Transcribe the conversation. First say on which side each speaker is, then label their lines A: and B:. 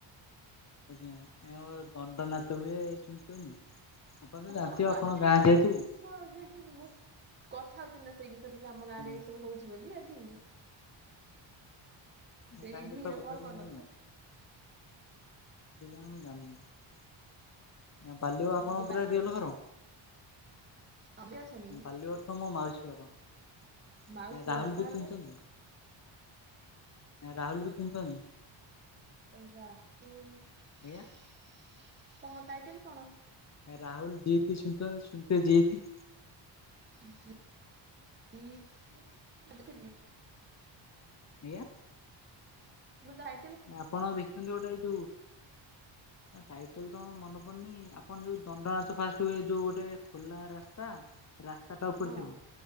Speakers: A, on the left; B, on the right.
A: ଆଜ୍ଞା ଆଏ ଦଣ୍ଡ ନାଚ ହୁଏ ଶୁଣିଚନ୍ତି। ଆପଣତ ଜାଣିଥିବେ
B: ହଁ
A: ଆପଣଙ୍କ
B: ବାଲିବ
A: ଗାଁ
B: ଦଣ୍ଡ
A: ଯେହେତୁ।
B: ମୁଁ ଆଉ ଜାଣିନି ମୁଁ କଥା ହଉଥିଲି ସେଇ ବିଷୟରେ କିଆମ ଗାଁରେ
A: ଆଜ୍ଞା।
B: ଏ ସବୁ ହଉଚି ବୋଲି ଆଜି। ସେ
A: କାହିଁ
B: ଇଭିନିଂ
A: କେତେ
B: ରେ
A: କଥା
B: କଲ୍
A: କହିଲେ
B: କରିନଥିଲେ।
A: ମୁଁ କାଇଁ ଜାଣିନି କେଜାଣି ମୁଜାଣିନି ବାଲବ ଆପଣଙ୍କ
B: ଯେ ବାଲିବରେ
A: ପୁରା ରିୟଲ ଘର?
B: ଆଜ୍ଞା <unintelligible>
A: ବାଲିବରେତ ମୋ ମାଉସୀ ଘର ଏ
B: ମାଉସୀ ଘର
A: ରାହୁଲକୁ
B: କାହାର
A: ଚିହ୍ନିଚନ୍ତି?
B: କହିଲୁ
A: ରାହୁଲୁକୁ ଚିହ୍ନିଚନ୍ତି?
B: ରାହୁଲ୍ ତାଙ୍କ
A: ଆଜ୍ଞା
B: ଟାଇଟେଲ୍ କଣ?
A: ରାହୁଲ ଜିତି ଶୁଣଚ ଶୁଣଥି ଜିତି।
B: <unintelligible> ସିଏ କିଏ? ଶୁଣିଥିବି
A: ଆଜ୍ଞା।
B: ମୁଁ କହିଲି ତା ଆଇଡ଼ି
A: ଆପଣ ଦେଖିଛନ୍ତି ଗୋଟେ ଏଇ ଯୋଉ
B: <inaudible>
A: ଟାଇଟେଲେତ ମୋର ମନେ ପଡ଼ୁନି ଆପଣ ଯୋଉ ଦଣ୍ଡନାଚ ଫାଷ୍ଟେ ହୁଏ ଯୋଉ ଗୋଟେ ଖୋଲା ରାସ୍ତା ରାସ୍ତାଟା ଉପରେ
B: ହଁ
A: ଥିବ